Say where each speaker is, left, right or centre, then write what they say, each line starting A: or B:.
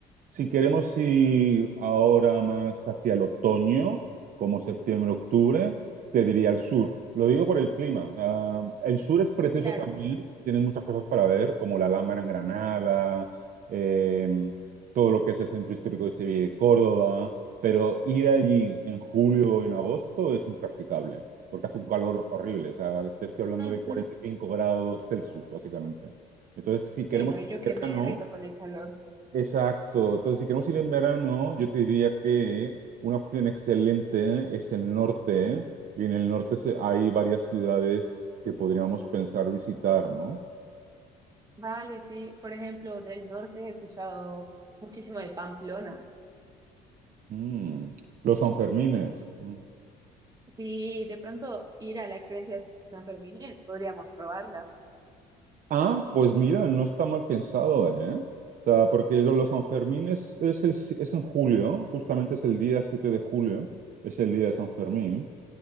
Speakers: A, on the right; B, on the right.
A: Si queremos ir ahora más hacia el otoño, como septiembre, octubre, te diría el sur. Lo digo por el clima. O sea, el sur es precioso
B: claro.
A: también, tienes muchas cosas para ver, como la Alhambra en Granada, eh, todo lo que es el centro histórico de Sevilla y de Córdoba, pero ir allí en julio o en agosto es impracticable, porque hace un calor horrible. O sea, te estoy hablando
B: Ujú.
A: de 45 grados Celsius, básicamente. Entonces, si queremos
B: Sí, no, y yo que
A: verano,
B: me derrito con el calor.
A: Exacto. Entonces, si queremos ir en verano, yo te diría que una opción excelente es el norte, y en el norte se- hay varias ciudades que podríamos pensar visitar, ¿no?
B: Vale, sí. Por ejemplo, del norte he escuchado muchísimo de Pamplona.
A: Mm, Los Sanfermines. Mm.
B: Sí, de pronto ir a la experiencia de San Fermín, podríamos probarla.
A: Ah, pues mira, no está mal pensado, ¿eh? O sea, porque lo- los Sanfermines es, el, si- es en julio, justamente es el día 7 de julio, es el día de San Fermín.